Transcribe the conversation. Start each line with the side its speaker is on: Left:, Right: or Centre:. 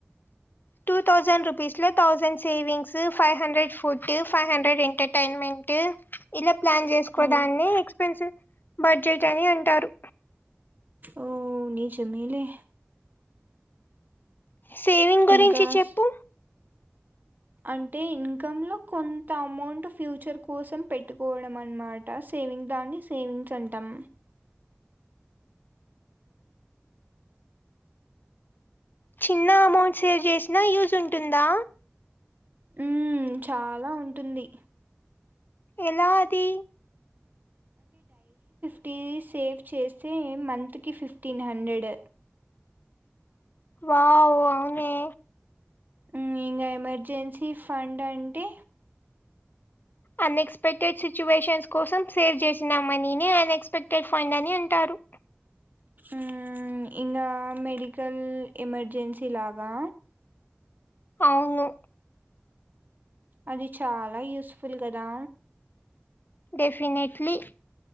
Left: టూ తౌజండ్ రుపీస్ లో thousand savings five hundred food five hundred entertainment తే ఇలా ప్లాన్ చేసుకోదాన్ని
Right: ఓ
Left: ఎక్స్పెన్సివ్ బడ్జెట్ అని అంటారు
Right: ఓ నిజమేలే
Left: సేవింగ్ గురించి
Right: ఇంకా
Left: చెప్పు
Right: స్- అంటే ఇన్కమ్ లో కొంత అమౌంట్ ఫ్యూచర్ కోసం పెట్టుకోవడం అనమాట సేవింగ్ దాన్ని సేవింగ్స్ అంటం
Left: చిన్న అమౌంట్ సేవ్ చేసినా యూజ్ ఉంటుందా
Right: ఉమ్ చాలా ఉంటుంది
Left: ఎలా ఆది
Right: టీవీ సేవ్ చేస్తే మంత్కి ఫిఫ్టీన్ హండ్రెడ్
Left: వావ్ అవునే
Right: ఉమ్ ఇంకా ఎమర్జెన్సీ ఫండ్ అంటే
Left: అన్ఎక్స్పెక్టెడ్ సిచ్యువేషన్స్ కోసం సేవ్ చేసిన మనీని అన్ఎక్స్పెక్టెడ్ ఫండ్ అని అంటారు
Right: ఉమ్ ఇంగా మెడికల్ ఎమర్జెన్సీ లాగా
Left: అవును
Right: అది చాలా యూస్ఫుల్ కదా
Left: డెఫినెట్లీ